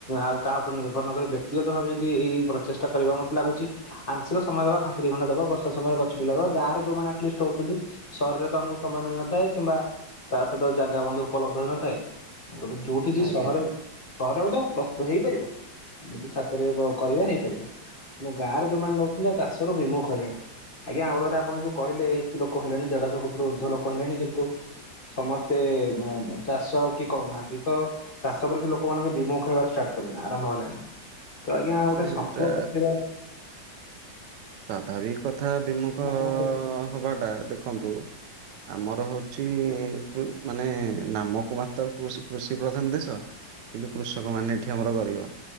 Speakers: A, on the left; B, on the right.
A: ଆଉ କାହା ଉପରେ ନିର୍ଭର ନକରି ବ୍ୟକ୍ତିଗତ ଭାବେ ଯଦି ଏଇ ପର ଚେଷ୍ଟା କରିବା ମତେ ଲାଗୁଚି ଆଂଶିକ ସମଦଳ ଘଣ୍ଟିକି ଘଣ ଦବ ବର୍ଷା ସମୟରେ ଗଛ ଗୁଲବ ଗାଁରେ ଉମାନେ ଆଷ୍ଟଲିଷ୍ଟି ତୋଉଚନ୍ତି ଶହରରେ ତ ଆମକୁ ସମୟ ମିଳିନଥାଏ କିମ୍ବା ତା ସହିତ ଜାଗା ବନ୍ଧୁ ଉପଲବ୍ଧ ହୋଇନଥାଏ ଯୋଉଠି ଜି
B: ଆଜ୍ଞା
A: ସହରରେ ସହରରେ ମଧ୍ୟ ପ୍ର ହେଇପାରିବ ଆମେ ଯଦି ଛାତରେ ବ କରିବା ହେଇପାରିବ। ତୁମ ଗାଁରେ ଯୋଉମାନେ ନେଉଛନ୍ତି ଆଉ ଚାଷରୁ ବିମୁଖ ହେଲେଣି। ଆଜ୍ଞା ଆଉ ଗୋଟେ କଥା ଆପଣ ଯଉ କହିଲେ ତେ ଲୋକ ହେଲେଣି ଦେଢଶହ କୋଟିରୁ ଉର୍ଦ୍ଧ୍ୱ ଲୋକ ହେଲେଣି କିନ୍ତୁ ସମସ୍ତେ ମା ମ୍ ଚାଷ ଆଉ କି କରୁନାହାନ୍ତି ତ ଚାଷ ପ୍ରତି ଲୋକମାଙ୍କ ବିମୁଖ ହେବାରେ ଷ୍ଟାର୍ଟ କଲେଣି ଆରମ୍ଭ ହେଲାଣି। ତ ଆଜ୍ଞା ଗୋଟେ
B: ନାଇଁ
A: ସଫଳ
B: ଏଇଟା
A: ବସିବା
B: ସ୍ୱାଧାବି କଥା ବିମୁଖ
A: ଆପଣ କେମିତି ଦେଖୁଛନ୍ତି?
B: ହବାଟା ଦେଖନ୍ତୁ ଆମର ହଉଚି କୃ ମାନେ ନାମକୁ ମାତ୍ର କୃଷ କୃଷି ପ୍ରଧାନ ଦେଶ। କିନ୍ତୁ କୃଷକ ମାନେ ଏଠି ଆମର ଗରିବ।